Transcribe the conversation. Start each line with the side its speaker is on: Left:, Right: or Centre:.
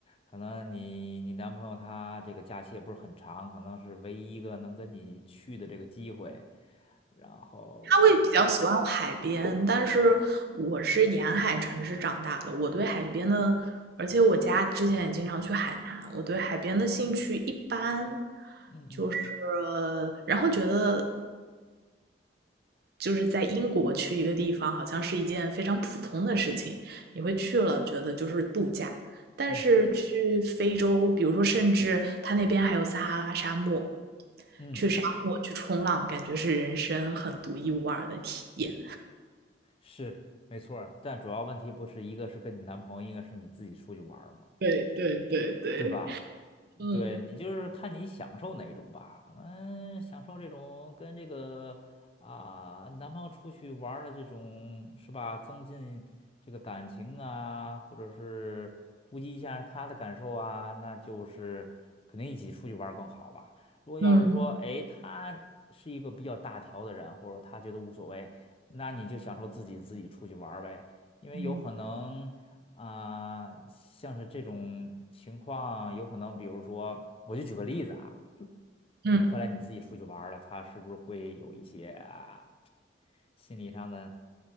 Left: 可能你你男朋友他这个假期也不是很长，可能是唯一一个能跟你去的这个机会，然后，
Right: 他会比较喜欢海边，但是我是沿海城市长大的，我对海边的，而且我家之前也经常去海南，我对海边的兴趣一般，
Left: 嗯嗯
Right: 就是然后觉得就是在英国去一个地方，好像是一件非常普通的事情，你会去了觉得就是度假。但是去非洲，
Left: 嗯
Right: 比如说，甚至它那边还有撒哈拉沙漠，
Left: 嗯，
Right: 去沙漠去冲浪，感觉是人生很独一无二的体验。
Left: 是没错儿，但主要问题不是一个是跟你男朋友，一个是你自己出去玩儿嘛，
Right: 对对对对，
Left: 对吧？
Right: 嗯
Left: 对你就是看你享受哪一种吧，可能享受这种跟这个啊、男朋友出去玩儿的这种是吧，增进这个感情啊，或者是顾及一下他的感受啊，那就是肯定一起出去玩儿更好吧。如果要是说，
Right: 嗯
Left: 哎，他是一个比较大条的人，或者他觉得无所谓，那你就享受自己自己出去玩儿呗，因为有可能。
Right: 嗯
Left: 啊、像是这种情况，有可能，比如说，我就举个例子啊，
Right: 嗯，
Left: 你后来你自己出去玩儿了，他是不是会有一些啊心理上的